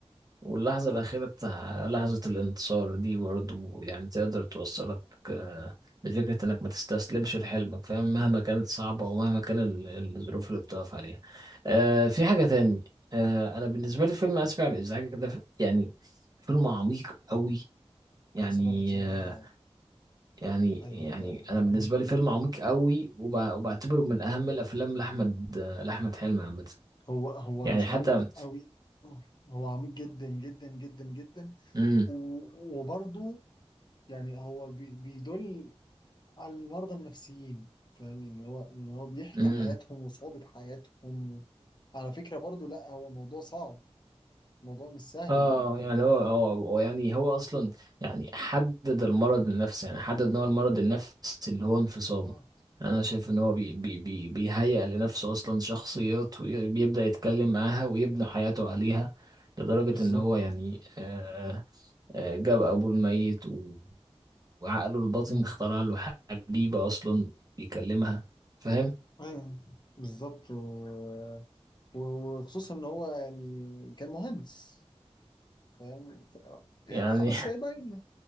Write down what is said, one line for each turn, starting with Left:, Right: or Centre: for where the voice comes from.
Right: واللحظة
Left: اه
Right: الأخيرة بتاع لحظة الانتصار دي برضو يعني تقدر توصلك آه، لفكرة إنك ما تستسلمش لحلمك فاهم مهما كانت صعبة
Left: بالظبط
Right: ومهما كان ال- الظروف اللي بتقف عليها آه في حاجة تاني آه أنا بالنسبة لي فيلم آسف على الإزعاج ده ف- يعني فيلم عميق قوي يعني
Left: اسف على الازعاج
Right: آه
Left: اه
Right: يعني يعني
Left: ايوه فعلا
Right: أنا
Left: عميق
Right: بالنسبة لي فيلم عميق قوي وب... وبعتبره من أهم الأفلام لأحمد آه، لأحمد حلمي عامة
Left: هو هو
Right: يعني
Left: مش
Right: حتى
Left: عميق قوي هو عميق جدا جدا جدا جدا
Right: امم
Left: و- وبرضه يعني هو بي- بيدل على المرضى النفسيين فاهمين اللي هو اللي هو بيحكي
Right: امم
Left: حياتهم وصعوبة حياتهم على فكرة برضو لا هو موضوع صعب موضوع مش سهل
Right: اه يعني هو
Left: انت
Right: هو
Left: فاهم.
Right: هو يعني هو اصلا يعني حدد المرض النفسي يعني حدد نوع المرض النفسي اللي هو انفصام
Left: آه،
Right: انا شايف ان هو بي بي بي بيهيئ لنفسه اصلا شخصيات وبيبدأ يتكلم معاها ويبني حياته عليها لدرجة
Left: بالظبط
Right: ان هو يعني آه آه جاب ابوه الميت و- وعقله الباطن
Left: أيوة.
Right: اخترع له حبيبة اصلا يكلمها فاهم
Left: أيوة، بالظبط و- وخصوصا ان هو يعني كان مهندس فاهم ف- يعني
Right: يعني
Left: خلاص هي باينة